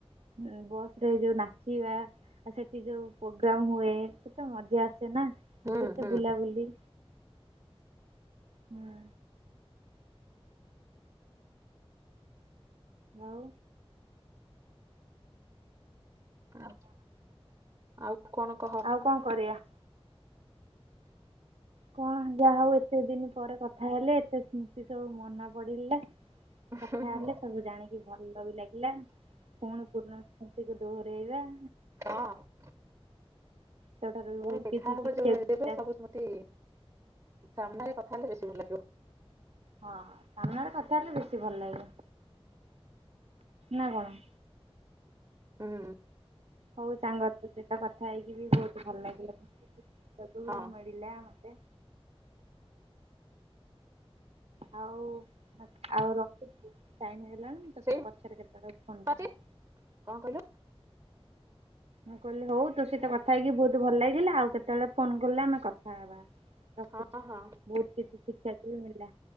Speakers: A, on the right; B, on the right.
A: ଏ ବସ ରେ ଯୋଉ ନାଚିବା। ଆଉ ସେଠି ଯୋଉ ପୋଗ୍ରାମ ହୁଏ ସେତ ମଜା ଆସେ ନା କେତେ
B: ହୁଁ ହୁଁ
A: ବୁଲାବୁଲି। ହଁ। ଆଉ।
B: ଆଉ ଆଉ କଣ କହ?
A: ଆଉ କଣ କରିବା? କଣ ଯାହା ହଉ ଏତେ ଦିନ ପରେ କଥା ହେଲେ ଏତେ ସ୍ମୃତି ସବୁ ମନା ପଡିଲା। କଥା
B: ହୁଁ ହୁଁ
A: ହେଲେ ସବୁ ଜାଣିକି ଭଲ ବି ଲାଗିଲା। ପୁଣି ପୁରୁଣା ସ୍ମୃତିକୁ ଦୋହରାଇବା।
B: ହଁ।
A: ସେଠାରୁ ବି
B: ପୁଣି
A: ବହୁତ
B: ଦେଖାହବ
A: କିଛି ଶିଖିବାକୁ
B: ଯୋଉ ଦେବେ
A: ମିଳିଲା।
B: ସବୁ ସ୍ମୃତି ସାମ୍ନାରେ କଥା ହେଲେ ବେଶୀ ଭଲ ଲାଗିବ।
A: ହଁ ସାମ୍ନାରେ କଥା ହେଲେ ବେଶୀ ଭଲ ଲାଗେ ନା କଣ।
B: ହଁ।
A: ହଉ ସାଙ୍ଗ ତୋ ସହିତ କଥା ହେଇକି ବି ବହୁତ ଭଲ ଲାଗିଲା। ପିଲା
B: ହଁ
A: ମତେ ଆଉ ଆଉ ରଖୁଛି ଟାଇମ୍ ହେଲାଣି ମୁଁ ତୋତେ
B: ସେଇଠି
A: ପଛରେ କେତେବେଳେ ଫୋନ କରିବି।
B: ଅଛି କଣ କହିଲୁ?
A: ମୁଁ କହିଲି ହଉ ତୋ ସହିତ କଥା ହେଇକି ବହୁତ ଭଲ ଲାଗିଲା ଆଉ କେତେ- ସେତେବେଳେ ଫୋନ କଲେ ଆମେ କଥା ହେବା ରଖୁଛି
B: ହଁ ହଁ।
A: ବହୁତ କିଛି ଶିଖିବାକୁ ବି ମଳିଲା।